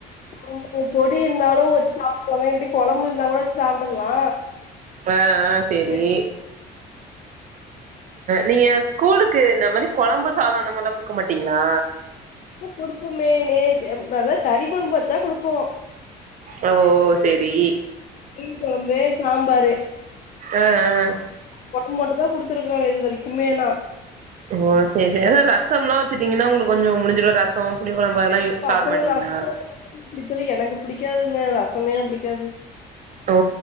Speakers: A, on the left; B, on the right.
A: <inaudible> பொடி இருந்தாலு வச்சு சாப்ட்டுக்வாங்க இல்லாட்டி கொழம்பு இருந்தா கூட சாப்ட்டர்லா
B: ஆ
A: <inaudible>
B: ஆ சேரி நீங்க ஸ்கூலுக்கு இந்த மாரி கொழம்பு சாதோ அந்த மாரிலா குடுக்க மாட்டீங்ளா
A: ல்ல குடுப்பமே நே அதாவது கறி கொழம்பு வச்சா குடுப்போ
B: அ ஓ செரி
A: மீன் கொழம்பு சாம்பாரு
B: ஆ ஆ
A: கொழம்பு மட்டு தா குடுத்துருக்கே இது வரைக்குமே நா
B: ஓ சேர் சே எது ரசம்லா வச்சுட்டீங்கன்னா ஒங்களுக்கு கொஞ்ச முடிஞ்சுரு ரசோ புளி கொழம்பு அதெல்லா
A: பசங்க
B: சாப்ட மாட்டீங்களா
A: ரசமே <inaudible> எனக்கு பிடிக்காதுங்க ரசமே எனக்கு பிடிக்காது
B: ஓ